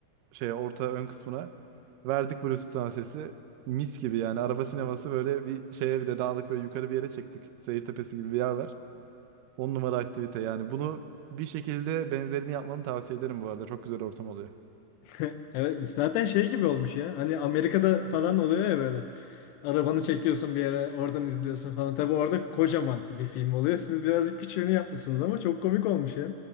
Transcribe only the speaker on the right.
şeye orta ön kısmına. Verdik Bluetooth'tan sesi. Mis gibi yani. Araba sineması böyle bir şeye bir de dağlık böyle yukarı bir yere çektik. Seyirtepesi gibi bir yer var. On numara aktivite yani. Bunu bir şekilde benzerini yapmanı tavsiye ederim bu arada. Çok güzel ortam oluyor.